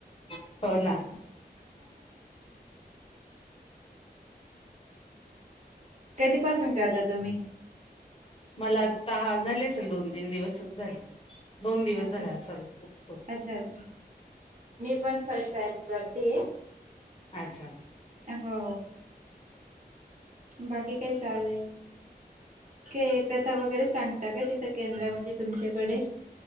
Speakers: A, on the left; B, on the right.
A: हो ना
B: कधीपासून करता तुम्ही?
A: मला तहा झाली असेल दोन तीन दिवसच झाले दोन दिवस
B: अच्छा
A: झाले असल खूप खूप
B: अच्छा अच्छा मी पण फर्स्ट टाइम करते
A: अच्छा.
B: हो बाकी काय चाललंय? के कथा वगैरे सांगता का तिथं केंद्रामध्ये तुमच्याकडे?